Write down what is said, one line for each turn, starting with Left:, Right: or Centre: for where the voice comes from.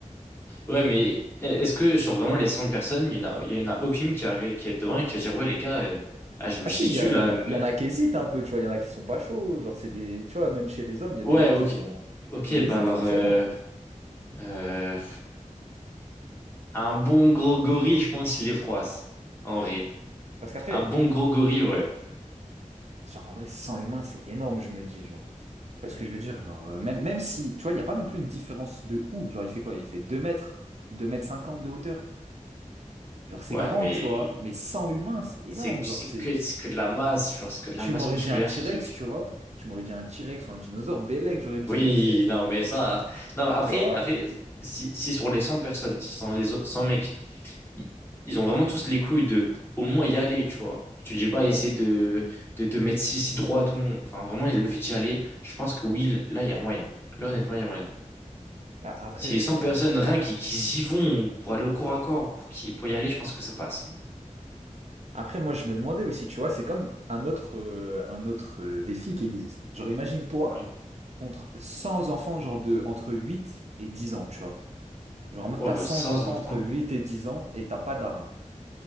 Left: Ouais, mais est-ce que sur vraiment les cent personnes, il n'y en a, il y en a aucune qui, a, qui est devant et qui va dire, ouais, les gars, euh, ah, je me
Right: Ah
Left: chie
Right: si,
Left: dessus,
Right: il y, a-
Left: là,
Right: il y en a,
Left: là, là.
Right: il y en a qui hésitent un peu, tu vois, il y en a qui sont pas chauds, genre c'est des, tu vois, même chez les hommes, il y
Left: Ouais,
Right: a des mecs
Left: ok.
Right: qui sont,
Left: Ok,
Right: qui hésitent
Left: bah alors,
Right: forcément,
Left: euh,
Right: gros.
Left: euh, un bon gros gorille, je pense, il est froisse, en
Right: Ah
Left: vrai.
Right: ouais. Parce qu'après,
Left: Un bon gros gorille, ouais.
Right: genre, en vrai, 100 humains, c'est énorme, je me dis, genre. Tu vois ce que je veux dire? Genre, euh, même, même si, tu vois, il n'y a pas non plus une différence de ouf. Genre, il fait quoi? Il fait 2 mètres, 2 mètres 50 de hauteur. Genre, c'est
Left: Ouais,
Right: grand,
Left: mais
Right: tu vois. Mais 100 humains, c'est énorme.
Left: c'est c'est
Right: Genre, c'est.
Left: que, c'est que de la masse, tu vois, c'est que de
Right: Tu
Left: la masse
Right: m'aurais
Left: musculaire,
Right: dit un T-Rex,
Left: ce truc.
Right: tu vois. Tu m'aurais dit un T-Rex ou un dinosaure. Bellec, j'aurais dit
Left: Oui,
Right: peut-être.
Left: non, mais ça. Non, mais après,
Right: Tu vois?
Left: après si, si sur les 100 personnes, si sur les o- 100 mecs, i- ils ont vraiment tous les couilles de au moins y aller, tu vois. Je te dis pas
Right: Ouais.
Left: essayer de, de, de mettre si, si droite ou non. Enfin, vraiment, le fait d'y aller, je pense que oui, là, il y a moyen. Là, honnêtement, il y a moyen.
Right: Bah, après,
Left: Si les 100
Right: euh,
Left: personnes, rien qui, qui y vont pour aller au corps à corps, pour, qui, pour y aller, je pense que ça passe.
Right: Après, moi, je me demandais aussi, tu vois, c'est comme un autre, euh, un autre euh, défi qui existe. Genre, imagine toi
Left: Ouais.
Right: contre 100 enfants, genre de entre 8 et 10 ans, tu vois. Genre, en mode,
Left: Oh,
Right: t'as 100
Left: sans
Right: enfants
Left: enfants.
Right: entre 8 et 10 ans et t'as pas d'armes.